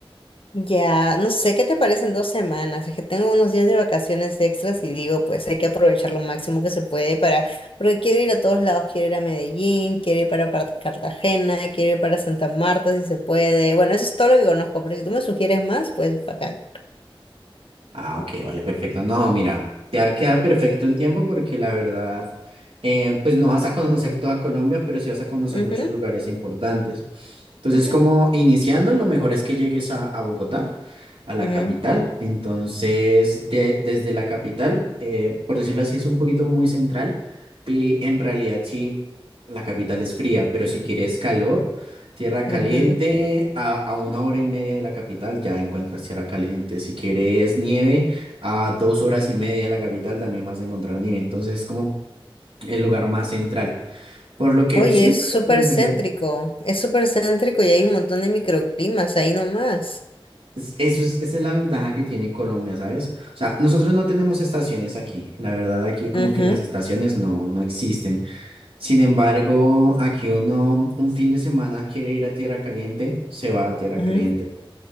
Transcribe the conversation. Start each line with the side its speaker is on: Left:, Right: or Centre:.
Left: Ya, no sé, ¿qué te parecen dos semanas? Es que tengo unos días de vacaciones extras y digo, pues hay que aprovechar lo máximo que se puede para, porque quiero ir a todos lados, quiero ir a Medellín, quiero ir para Car- Cartagena, quiero ir para Santa Marta si se puede. Bueno, eso es todo lo que conozco, pero si tú me sugieres más, pues bacán.
Right: Ah, ok, vale, perfecto. No, mira, ya queda perfecto el tiempo porque la verdad, eh, pues no vas a conocer toda Colombia, pero sí vas a conocer
Left: Ujú,
Right: muchos lugares importantes. Entonces,
Left: ujú,
Right: como iniciando, lo mejor es que llegues a, a Bogotá, a la
Left: ujú,
Right: capital. Entonces, de- desde la capital, eh, por decirlo así, es un poquito muy central y en realidad sí, la capital es fría, pero si quieres calor. Tierra
Left: ujú.
Right: Caliente, a, a una hora y media de la capital ya encuentras Tierra Caliente. Si quieres nieve, a dos horas y media de la capital también vas a encontrar nieve. Entonces es como el lugar más central. Por lo que
Left: Oye,
Right: sí
Left: es
Right: te
Left: súper
Right: recomendaría.
Left: céntrico, es súper céntrico y hay un montón de microclimas ahí nomás.
Right: es- Eso es, esa es la ventaja que tiene Colombia, ¿sabes? O sea, nosotros no tenemos estaciones aquí. La verdad, aquí como
Left: Ujú,
Right: que las estaciones no, no existen. Sin embargo, aquí uno un fin de semana quiere ir a Tierra Caliente, se va a Tierra
Left: ujú.
Right: Caliente.